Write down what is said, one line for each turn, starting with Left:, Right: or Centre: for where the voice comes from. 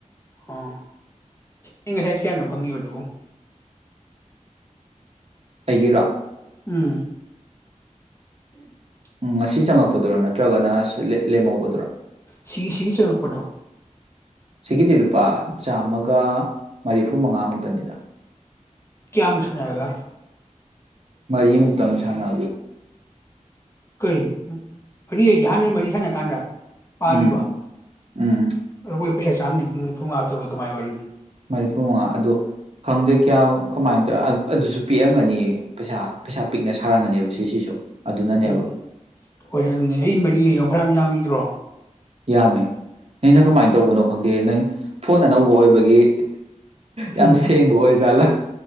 Left: ꯑꯣ ꯑꯩ ꯉꯁꯥꯏ ꯀꯌꯥꯅꯣ ꯐꯪꯉꯤꯕꯗꯨꯕꯨ
Right: ꯑꯩꯒꯤꯔꯣ
Left: ꯎꯝ <unintelligible>
Right: ꯎꯝ ꯉꯁꯤ ꯆꯪꯉꯛꯄꯗꯨꯔ ꯅꯠꯇ꯭ꯔꯒꯅ ꯂꯦꯝꯍꯧꯕꯗꯨꯔꯥ
Left: ꯁꯤꯒꯤ ꯁꯤꯒꯤ ꯆꯉꯛꯄꯗꯣ
Right: ꯁꯤꯒꯤꯗꯤ ꯂꯨꯄꯥ ꯆꯥꯝꯃꯒ ꯃꯔꯤꯐꯨ ꯃꯉꯥꯃꯨꯛꯇꯅꯤꯗ
Left: ꯀꯌꯥ ꯃꯨꯛ ꯁꯟꯅꯔꯒ
Right: ꯃꯔꯤꯃꯨꯛꯇꯪ ꯁꯟꯅ
Left: ꯀꯔꯤ ꯃꯔꯤ ꯍꯥꯏꯗꯤ ꯍꯥꯟꯅꯩ ꯃꯔꯤ ꯁꯥꯟꯅ ꯀꯥꯟꯗ ꯄꯥꯈꯤꯕ
Right: ꯎꯝ ꯎꯝ
Left: ꯑꯩꯈꯣꯏ ꯄꯩꯁꯥ ꯆꯥꯝꯅꯤꯐꯨꯃꯉꯥ ꯃꯨꯛꯇꯥ ꯑꯣꯏ ꯀꯃꯥꯏ ꯑꯣꯏꯔꯤꯝꯅꯣ
Right: ꯃꯔꯤꯐꯨ ꯃꯉꯥ ꯑꯗꯣ ꯈꯪꯗꯦ ꯀꯌꯥ ꯀꯃꯥꯏꯅ ꯇꯧꯋ ꯑꯗꯨꯁꯨ ꯄꯤꯛꯑꯝꯒꯅꯤ ꯄꯩꯁꯥ ꯄꯩꯁꯥ ꯄꯤꯛꯅ ꯁꯥꯔꯝꯒꯅꯤꯕ ꯁꯤꯁꯤꯁꯨ ꯑꯗꯨꯅꯅꯦꯕ
Left: ꯑꯣ ꯍꯣꯏ ꯑꯗꯨꯅꯦ ꯑꯩ ꯃꯔꯤ ꯌꯦ ꯐꯅꯥꯝ ꯑꯃ ꯌꯥꯝꯒꯤꯗ꯭ꯔꯣ
Right: ꯌꯥꯃꯦ ꯑꯩꯅ ꯀꯃꯥꯏ ꯇꯧꯕꯅꯣ ꯈꯪꯗꯦ ꯅꯪ ꯐꯣꯟ ꯑꯅꯧꯕ ꯑꯣꯏꯕꯒꯤ ꯌꯥꯝ
Left: ꯎꯝ
Right: ꯁꯦꯡꯕ ꯑꯣꯏ ꯖꯥꯠꯂꯥ